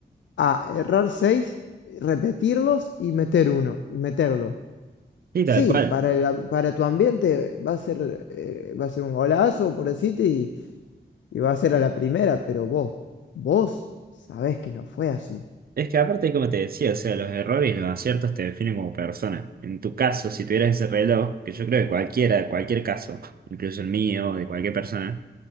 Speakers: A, on the left; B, on the right.
A: a errar seis, repetirlos y meter uno, y meterlo.
B: Sí,
A: Sí,
B: tal cual.
A: para el- para tu ambiente va a ser, eh, va a ser un golazo, por decirte, y, y va a ser a la primera, pero vos, vos sabés que no fue así.
B: Es que aparte, como te decía, o sea, los errores y los aciertos te definen como persona. En tu caso, si tuvieras ese reloj, que yo creo que cualquiera, cualquier caso, incluso el mío, de cualquier persona,